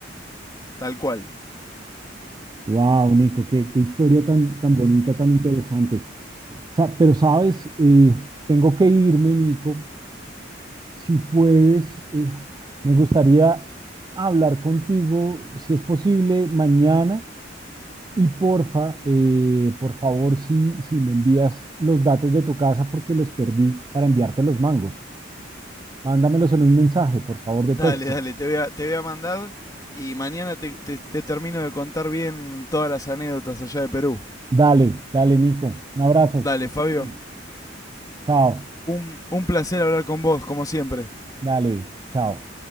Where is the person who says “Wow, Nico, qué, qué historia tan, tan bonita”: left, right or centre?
Right